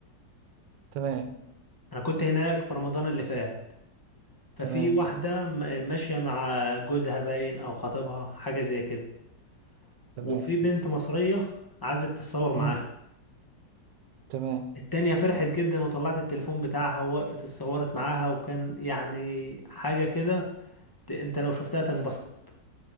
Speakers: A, on the right; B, on the left.
A: تمام
B: انا كنت هناك في رمضان اللي فات ففي
A: تمام
B: واحده م- ماشيه مع جوزها باين او خطيبها حاجه زي كده
A: تمام
B: وفي بنت مصريه عايزه تتصور معاها
A: مم. تمام
B: التانية فرحت جدا وطلعت التليفون بتاعها ووقفت اتصورت معاها وكان يعني حاجة كده ت- انت لو شفتها تنبسط